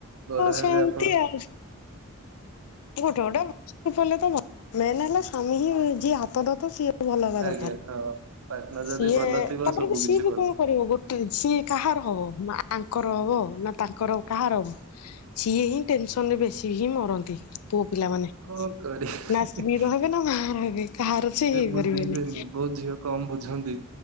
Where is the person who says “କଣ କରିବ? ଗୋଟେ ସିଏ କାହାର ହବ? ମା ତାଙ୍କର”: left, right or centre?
Left